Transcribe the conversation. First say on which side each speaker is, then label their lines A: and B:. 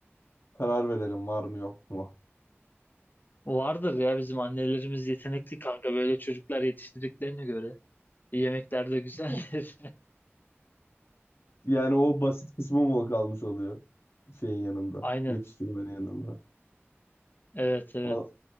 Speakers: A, on the left; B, on the left.
A: karar verelim var mı yok mu?
B: Vardır ya bizim annelerimiz yetenekli kanka böyle çocuklar yetiştirdiklerine göre. E, Yemekler de güzeldir.
A: <laughs> Yani o basit kısmı mı kalmış oluyor şeyin yanında,
B: <laughs> Aynen.
A: yetiştirmenin yanında.
B: Evet evet.
A: Valla